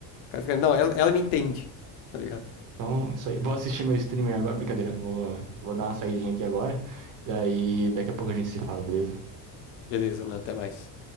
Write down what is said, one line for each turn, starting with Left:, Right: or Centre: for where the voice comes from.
Left: O cara fica, não, ela, ela me entende, tá ligado?
Right: Então, é isso aí. Vou assistir meu streamer agora. Brincadeira, vou, vou dar uma saidinha aqui agora. Daí, daqui a pouco a gente se fala, beleza?
Left: Beleza, mano, até mais.